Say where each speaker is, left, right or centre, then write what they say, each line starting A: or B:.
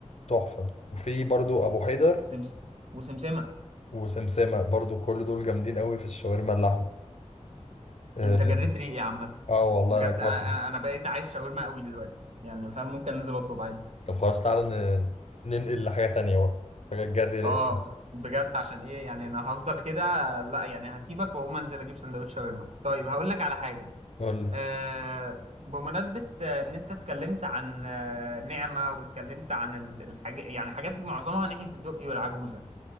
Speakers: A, on the left; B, on the right.
A: تحفه وفي برضو ابو حيدر
B: سمس وسمسمه
A: وسمسمه برضو كل دول جامدين قوي في الشاورما اللحمه اه
B: انت جريت ريقي يا عامه
A: آه والله
B: بجد
A: انا جوعت
B: أ- انا انا بقيت عايز شاورما قوي دلوقتي يعني فاهم ممكن انزل اطلب عادي
A: طب خلاص تعالى ن- ننقل لحاجه تانية بقى حاجه تجري
B: اه
A: لأن-
B: بجد عشان ايه يعني انا هفضل كده لا يعني هسيبك واقوم انزل اجيب سندوتش شاورما طيب هقول لك على حاجه
A: قول لي
B: آه بمناسبه آه، ان انت اتكلمت عن آه، نعمه واتكلمت عن ال- الحاجه يعني حاجات معظمها ناحيه الدقي والعجوزه